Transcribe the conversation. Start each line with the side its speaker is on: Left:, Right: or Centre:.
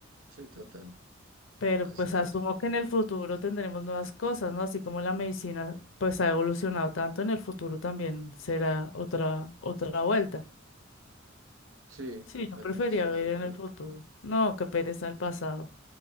Right: Sí, total,
Left: Pero
Right: así
Left: pues
Right: es.
Left: asumo que en el futuro tendremos nuevas cosas, ¿no? Así como la medicina pues ha evolucionado tanto, en el futuro también será otra otra vuelta.
Right: Sí,
Left: Sí,
Right: también
Left: yo prefería
Right: estoy de
Left: vivir
Right: acuerdo.
Left: en el futuro. No, qué pereza el pasado.